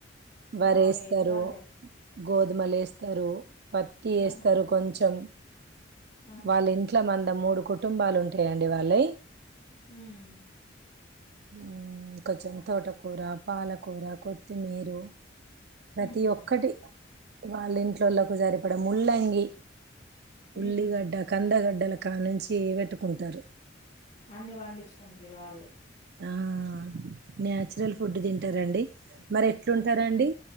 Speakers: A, on the right; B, on the left.
A: వరీ
B: యాభై
A: వేస్తారు
B: ఎకరాలే
A: గోధుమలు వేస్తారు పత్తి వేస్తారు
B: ఆహా
A: కొంచెం
B: ఆహా
A: వాళ్ళ ఇంట్లో మంద మూడు కుటుంబాలు ఉంటాయండి వాళ్ళవి
B: ఉమ్
A: ఉమ్ కొంచెం తోటకూర పాలకూర కొత్తిమీరు ప్రతి
B: ఉహు
A: ఒక్కటి వాళ్ళ ఇంట్లోలకు సరిపడ ముల్లంగి ఉల్లిగడ్డ
B: ఉహు
A: కందగడ్డ గల కానుంచి పెట్టుకుంటారు
B: అన్ని వండించుకుంట్రు వాళ్ళు
A: ఆ నాన్యాచురల్
B: ఉహు
A: ఫుడ్ తింటారండి మరి ఎట్లుంటారండి